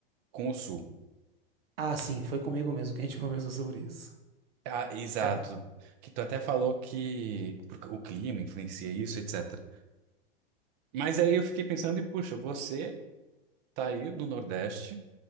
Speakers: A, on the right; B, on the right.
A: com o Sul.
B: Ah, sim, foi comigo mesmo que a gente <laughs> conversou sobre isso.
A: Ah, exato.
B: É,
A: Que tu até falou que porque o clima influencia isso, etc. Mas aí eu fiquei pensando, e puxa, você tá aí no Nordeste.